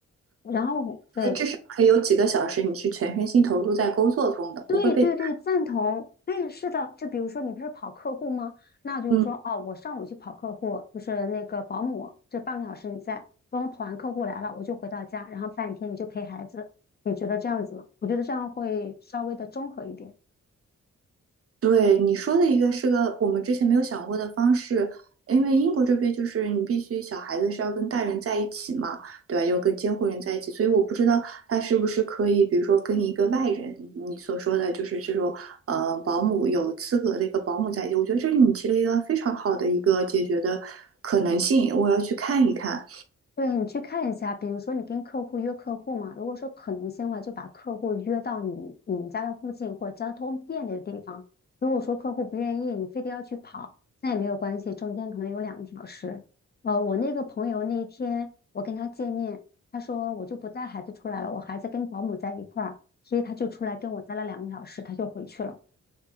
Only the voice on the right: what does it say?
至少可以有几个小时，你是全身心投入在工作中的，
不会被。
嗯。
对，你说的一个是个我们之前没有想过的方式，因为英国这边就是你必须小孩子是要跟大人在一起嘛，对吧？又跟监护人在一起，所以我不知道他是不是可以，比如说跟一个外人，你所说的就是这种呃保姆有资格的一个保姆在一起，我觉得这是你提了一个非常好的一个解决的可能性，我要去看一看。